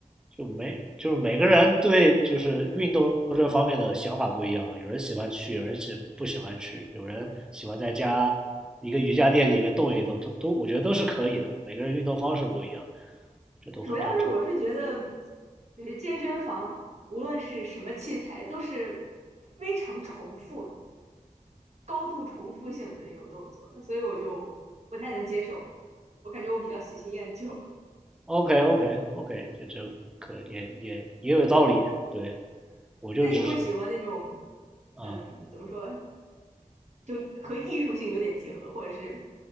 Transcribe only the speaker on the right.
主要是我是觉得，就是健身房无论是什么器材，都是非常重复的、高度重复性的那种动作，所以我就不太能接受。我感觉我比较喜新厌旧。
<laughs>
那你会喜欢那种，
嗯，怎么说，就和艺术性有点结合，或者是